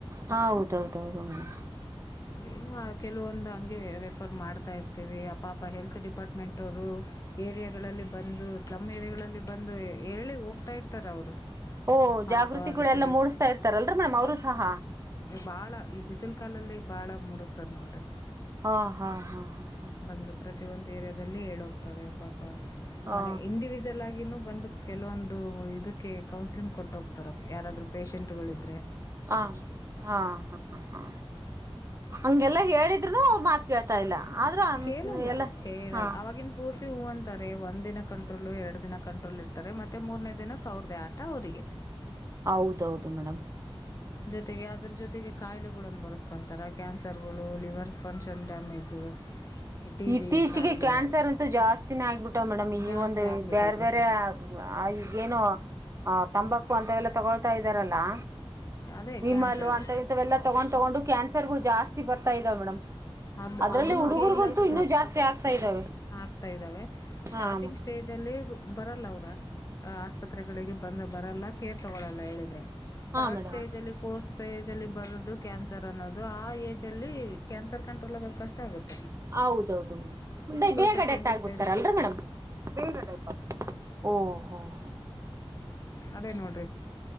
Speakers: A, on the right; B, on the left.
A: ಹೌದೌದೌದು ಮೇಡಮ್
B: ಏನ್ ಕೆಲವೊಂದು ಹಂಗೆ. ರೆಫರ್ ಮಾಡ್ತಾ ಇರ್ತೀವಿ ಅಪ್ಪಪ್ಪ ಹೆಲ್ತ್ ಡಿಪಾರ್ಟ್ಮೆಂಟ್ವರು ಏರಿಯಾಗಳಲ್ಲಿ ಬಂದು ಸ್ಲಮ್ ಏರಿಯಾಗಳಲ್ಲಿ ಬಂದು ಹೇಳಿ ಹೋಗ್ತಾ ಇರ್ತಾರ ಅವರು.
A: ಓ ಜಾಗೃತಿಕ.
B: ಆಲ್ಕೋಹಾಲಿಕ್
A: ಎಲ್ಲಾ
B: ಡಿ
A: ಮೂಡಸ್ತಾ ಇರ್ತಾಲರಿ ಮೇಡಮ್ ಅವ್ರು ಸಹ.
B: ಬಾಳ ಈ ಬಿಸಿಲ ಕಾಲಲ್ಲಿ ಬಾಳ ಮುಡಿಸ್ತಾರ ನೋಡ್ರಿ.
A: ಹಾ ಹಾ ಹಾ ಹಾ ಹಾ.
B: ಬಂದು ಪ್ರತಿಯೊಂದು ಏರಿಯಾದಲ್ಲಿ ಹೇಳ ಹೋಗ್ತಾರೆ ಪಾ. ಪಾ
A: ಹಾ
B: ಮನೆ ಇಂಡಿವಿಜುವಲ್ ಆಗಿನು ಬಂದ. ಕೆಲವೊಂದು ಇದಕ್ಕೆ ಕೌನ್ಸಲಿಂಗ್ ಕೊಟ್ಟು ಹೋಗ್ತಾರ ಯಾರಾದ್ರೂ ಪೇಷೆಂಟಗಳಿದ್ರೆ.
A: ಹಾ ಹಾ ಹಾ ಹಂಗೆಲ್ಲಾ ಹೇಳಿದ್ರುನು ಅವ್ರ ಮಾತ. ಕೇಳ್ತಾ ಇಲ್ಲ. ಆದ್ರೂ
B: ಕೇಳಲ್ಲ
A: ಎಲ್ಲ
B: ಕೇಳಲ್ಲ
A: ಹಾ
B: ಅವಾಗಿನ ಪೂರ್ತೆ. ಹೂ ಅಂತಾರೆ ಒಂದ ದಿನ ಕಂಟ್ರೋಲು ಎರಡ ದಿನ ಕಂಟ್ರೋಲ್ ಇರ್ತಾರೆ ಮತ್ತೆ ಮೂರನೇ ದಿನಕ್ಕೆ ಅವ್ರದೇ ಆಟ ಅವರಿಗೆ.
A: ಹೌದೌದು ಮೇಡಮ್.
B: ಜೊತೆಗೆ ಅದ್ರ ಜೊತೆಗೆ ಕಾಯಿಲೆಗಳನ್ನು ಬರೆಸ್ಕೊಂತಾರೆ ಕ್ಯಾನ್ಸರ್ಗಳು liver function damage. T
A: ಇತ್ತೀಚೆಗೆ
B: B ಕಾಯಿಲೆ
A: ಕ್ಯಾನ್ಸರ್ ಅಂತೂ ಜಾಸ್ತಿನ ಆಗಿಬಿಟ್ಟವ ಮೇಡಮ್ ಈ
B: ಜಾಸ್ತಿ
A: ಒಂದ
B: ಆಗ್ಬಿಟ್ಟಿದಾವ
A: ಬ್ಯಾರ ಬ್ಯಾರೆ ಈಗ ಏನೋ ಅ. ತಂಬಾಕು ಹಂತವೆಲ್ಲ ತಗೊಳ್ತಾ ಇದ್ದಾರಲ್ಲಾ.
B: ಅದೇ
A: ವಿಮಲ್
B: ಕ್ಯಾನ್ಸರ್
A: ಅಂತ ಇಂಥವೆಲ್ಲ ತಗೊಂಡ ತಗೊಂಡು ಕ್ಯಾನ್ಸರ್ ಗಳು ಜಾಸ್ತಿ ಬರ್ತವೆ. ತ ಇದಾವ ಮೇಡಮ್.
B: ಅದು
A: ಅದ್ರಲ್ಲಿ
B: ಅದನ್ನು
A: ಹುಡುಗರ್ಗಂತೂ
B: ಕೇರ್ಲೆಸ್
A: ಇನ್ನೂ ಜಾಸ್ತಿ ಆಗ್ತಾ ಇದ್ದಾವೆ
B: ಆಗ್ತಾ ಇದ್ದಾವೆ ಸ್ಟಾರ್ಟಿಂಗ್
A: ಹಾ ಮೇಡಮ್
B: ಸ್ಟೇಜ್ ಅಲ್ಲಿ. ಬರಲ್ಲ ಅವ್ರು ಅಷ್ಟ. ಆಸ್ಪತ್ರೆಗಳಿಗೆ ಬಂದ ಬರಲ್ಲ ಕೇರ್ ತಗೊಳ್ಳಲ್ಲ ಹೇಳಿದ್ರರೆ ಥರ್ಡ್
A: ಹಾ ಮೇಡಮ್
B: ಸ್ಟೇಜಲ್ಲಿ ಫೋರ್ತ್ ಸ್ಟೇಜ ಅಲ್ಲಿ ಬರೊದು ಕ್ಯಾನ್ಸರ್. ರ್ ಅನ್ನೋದು ಆ ಏಜ್ ಅಲ್ಲಿ ಕ್ಯಾನ್ಸರ್ ಕಂಡ. <unintelligible> ಕಷ್ಟ ಆಗುತ್ತ.
A: ಹೌದೌದು ಮೇಡಮ್ ಬೇಗ
B: ಸೆಕೆಂಡ್
A: ಡೆತ್ ಆಗಬಿಡ್ತಾರಲ್ಲರಿ
B: ಸ್ಟೇಜ್
A: ಮೇಡಮ್ ಬೇಗ ಡೆತ್ ಆಗ್ತಾರೆ ಓಹೋಹೊ.
B: ಅದೇ ನೋಡ.